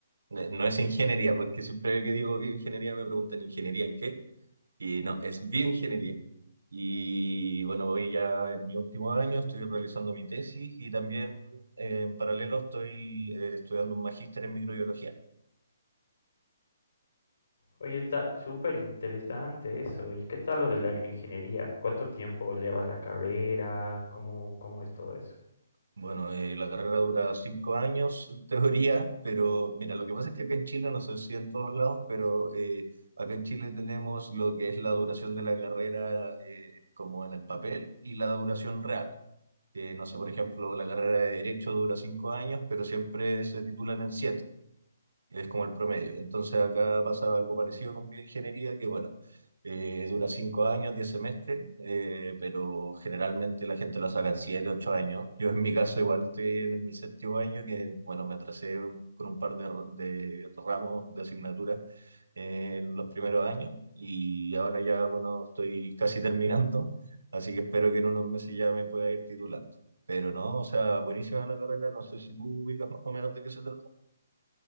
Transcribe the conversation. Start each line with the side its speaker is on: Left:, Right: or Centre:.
Right: Eh, No es ingeniería, porque siempre que digo bioingeniería me preguntan ingeniería en qué. Y no, es bioingeniería. Y bueno, voy ya en mi último año, estoy realizando mi tesis y también eh, en paralelo estoy eh, estudiando un magíster en microbiología.
Left: Oye, está súper interesante eso. ¿Y qué tal lo de la bioingeniería? ¿Cuánto tiempo lleva la carrera? ¿Cómo, cómo es todo eso?
Right: Bueno, eh, la carrera dura cinco años en teoría, pero mira, lo que pasa es que acá en Chile, no sé si en todos lados, pero eh, acá en Chile tenemos lo que es la duración de la carrera eh, como en el papel y la duración real. Eh, no sé, por ejemplo, la carrera de Derecho dura cinco años, pero siempre se titulan en siete es como el promedio. Entonces acá pasa algo parecido con bioingeniería, que bueno, eh, dura cinco años, 10 semestres, eh, pero generalmente la gente lo saca en 7, 8 años. Yo en mi caso igual estoy en mi séptimo año, que bueno, me atrasé un- con un par de, r- de ramos de asignaturas en los primeros años y ahora ya, bueno, estoy casi terminando, así que espero que en unos meses ya me pueda ir titulando. Pero no, o sea, buenísima la carrera, no sé si tú ubicas más o menos de qué se trata.